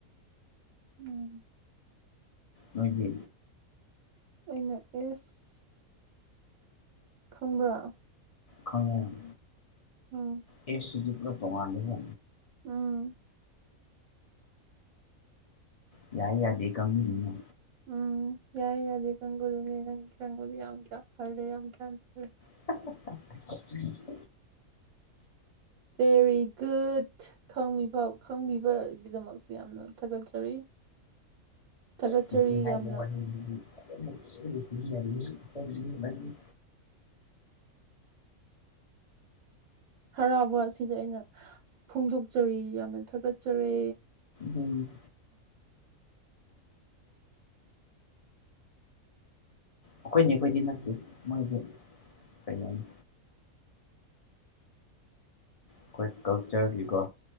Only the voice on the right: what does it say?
ꯎꯝ
ꯑꯩꯅ ꯑꯦꯁ ꯈꯪꯕ꯭ꯔꯥ
ꯎꯝ
ꯎꯝ
ꯎꯝ ꯌꯥꯏ ꯌꯥꯗꯦ ꯀꯥꯡꯒꯨꯜꯅꯦ ꯅꯪ ꯀꯥꯡꯒꯨꯜ ꯌꯥꯝ ꯀ꯭ꯌꯥꯝ ꯐꯔꯦ ꯌꯥꯝ ꯀꯌꯥꯝ ꯐꯔꯦ
ꯕꯦꯔꯤ ꯒꯨꯗ ꯈꯪꯕꯤꯕ ꯈꯪꯕꯤꯕꯒꯤꯗꯃꯛꯁꯦ ꯌꯥꯝ ꯌꯥꯝꯅ ꯊꯥꯒꯠꯆꯔꯤ ꯊꯥꯒꯠꯆꯔꯤ
ꯌꯥꯝꯅ
ꯍꯔꯥꯎꯕ ꯑꯁꯤꯗ ꯑꯩꯅ ꯐꯣꯡꯗꯣꯛꯆꯔꯤ ꯌꯥꯝꯅ ꯊꯥꯒꯠꯆꯔꯦ